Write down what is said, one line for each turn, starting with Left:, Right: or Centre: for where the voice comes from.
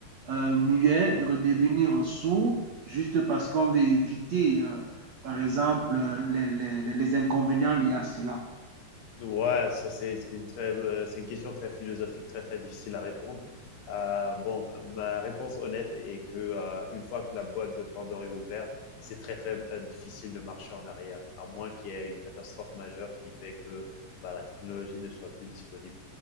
Right: euh, muets, de redevenir sourds, juste parce qu'on veut éviter, euh, par exemple, euh, les, les les- les inconvénients liés à cela.
Left: Ouais, ça c'est c'est une très, heu, c'est une question très philosophique, très, très difficile à répondre. Heu, bon, ma réponse honnête est que, heu, une fois que la boîte de Pandore est ouverte, c'est très, très, heu, difficile de marcher en arrière, à moins qu'il y ait une catastrophe majeure qui fait que, bah, la technologie ne soit plus disponible.